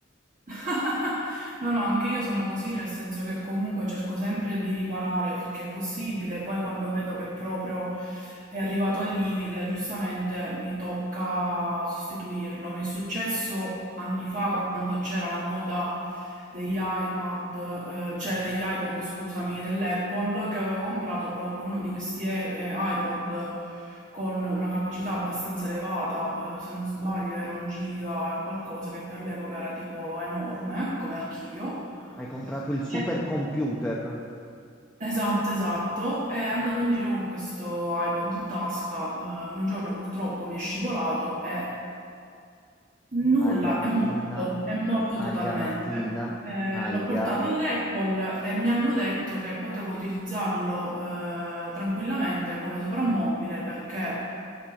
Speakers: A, on the right; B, in the centre.
A: <laughs> No, no, anche io sono così, nel senso che comunque cerco sempre di riparare finché è possibile, poi quando vedo che proprio è arrivato al limite, giustamente mi tocca sostituirlo. Mi è successo anni fa quando c'era la moda degli iPad, eh, cioè degli iPod, scusami, dell'Apple, che avevo comprato proprio uno di questi eh, iPod con una capacità abbastanza elevata, eh, se non sbaglio era un giga e qualcosa che per l'epoca era tipo enorme come archivio.
B: Hai comprato il supercomputer.
A: Eh, esatto, esatto. E andavo in giro con questo iPod in tasca. eh, un giorno purtroppo mi è scivolato e Nulla,
B: Aglia Martina,
A: è morto, è morto totalmente.
B: aglia Martina,
A: Eh,
B: aglia.
A: l'ho portato all'Apple e mi hanno detto che potevo utilizzarlo eh, tranquillamente come soprammobile perché